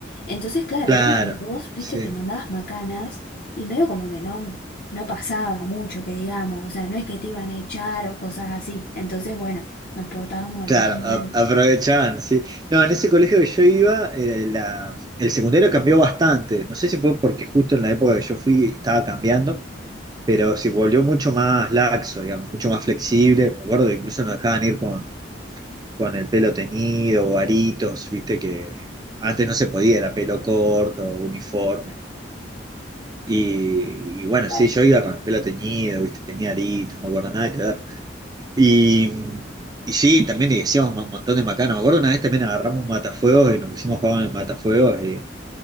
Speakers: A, on the left; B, on the right.
A: Entonces, claro,
B: Claro,
A: era como que vos, viste,
B: sí,
A: te mandabas macanas y medio como que no, no pasaba mucho, que digamos, o sea, no es que te iban a echar o cosas así. Entonces, bueno, nos portábamos
B: claro,
A: re mal.
B: a- aprovechaban, sí. No, en ese colegio que yo iba, eh, la, el secundario cambió bastante. No sé si fue porque justo en la época que yo fui estaba cambiando, pero se volvió mucho más laxo, digamos, mucho más flexible. Me acuerdo que incluso nos dejaban ir con con el pelo teñido o aritos, viste que antes no se podía, era pelo corto, uniforme. Y, y bueno,
A: Claro.
B: sí, yo iba con el pelo teñido, viste, tenía aritos, no me acuerdo nada que ver. Y, y sí, también le decíamos un montón de macanas. Me acuerdo una vez también agarramos un matafuegos y nos pusimos a jugar en el matafuegos y